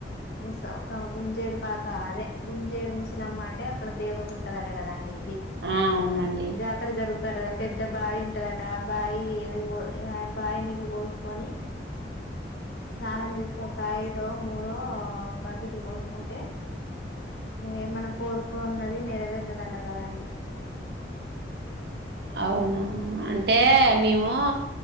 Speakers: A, on the left; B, on the right.
A: ముస ఒక గుంజేడు పాక అదే గుంజేడు ముసలమ్మ అంటే అక్కడ దేవత ఉంటదట కదండి
B: ఆ అవునండి
A: జాతర జరుగుతు పెద్ద బావి ఉంటదట ఆ బావి ఏదో బాయి నీళ్ళు పోసుకొని స్నానం చేస్తే ఒక ఐదో మూడో బకెట్లు పోసుకుంటే ఏమన కోరుకోన్నది నెరవేరుతుదట కదాండి
B: అవునా అంటే హే మేము